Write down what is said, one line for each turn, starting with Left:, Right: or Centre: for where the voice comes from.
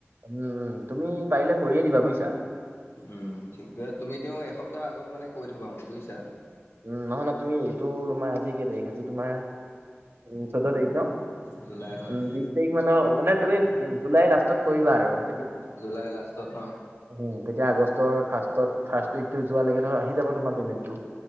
Right: উম উম তুমি পাৰিলে কৰিয়ে দিবা বুজিছা।
Left: উম ঠিকেছে তুমি তেওঁ এসপ্তাহৰ আগত মানে কৈ থবা মোক বুজিছা।
Right: উম নহয় ন তুমি এইটো তোমাৰ আজি কেই তাৰিখ আজি তোমাৰ উ চৈধ্য তাৰিখ ন।
Left: জলাই হয়।
Right: উম, বিশ তাৰিখ মানৰ মানে তুমি জুলাই লাষ্টত কৰিবা আৰু-
Left: জুলাই লাষ্টত। ন?
Right: উ তেতিয়া আগষ্টৰ ফাৰ্ষত ফাৰ্ষট উইকটো যোৱ লৈকে ধৰ আহি যাব তোমাৰ পমটটো।